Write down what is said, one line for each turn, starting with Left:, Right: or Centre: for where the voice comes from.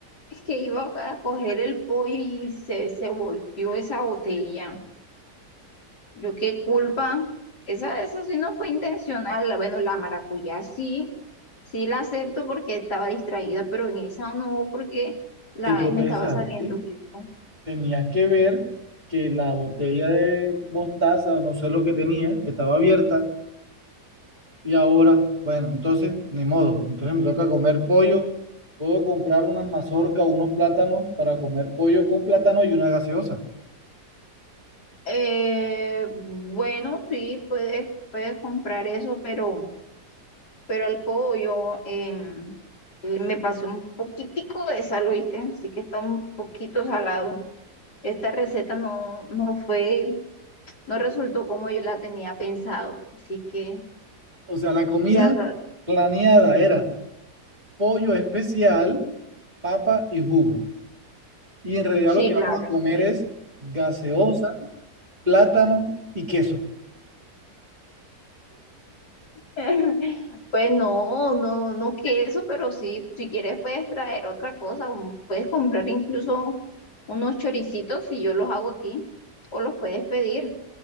Left: que iba a coger el pollo y se, se volteó esa botella. Yo qué culpa. Esa, esa sí no fue intencional. Bueno, la maracuyá sí, sí la acepto porque estaba distraída, pero en esa no, porque la,
Right: te tropezaste,
Left: me estaba saliendo rico.
Right: tenías que ver que la botella de mostaza o no sé lo que tenía estaba abierta y ahora, bueno, entonces ni modo, entonces me toca comer pollo, puedo comprar unas mazorcas, unos plátanos para comer pollo con plátano y una gaseosa.
Left: Eh, bueno, sí, puedes, puedes comprar eso, pero, pero el pollo em, eh, me pasé un poquitico de sal, ¿oíste? Así que está un poquito salado. Esta receta no, no fue, no resultó como yo la tenía pensado. Así que
Right: O sea, la comida
Left: ya,
Right: planeada era pollo especial, papa y jugo. Y en realidad
Left: Sí,
Right: lo que
Left: claro.
Right: vamos a comer
Left: sí.
Right: es gaseosa plátano y queso.
Left: <laughs> Pues no, no, no queso, pero sí, si quieres puedes traer otra cosa, o puedes comprar incluso unos choricitos y yo los hago aquí, o los puedes pedir,